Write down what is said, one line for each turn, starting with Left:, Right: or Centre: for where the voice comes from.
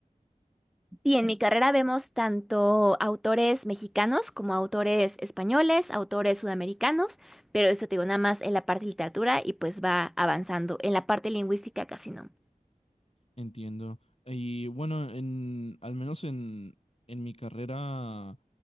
Centre: Sí, en mi carrera vemos tanto autores mexicanos como autores españoles, autores sudamericanos, pero eso te digo nada más en la parte de literatura y pues va avanzando. En la parte lingüística casi no.
Left: Entiendo. Y bueno, en, al menos en, en mi carrera,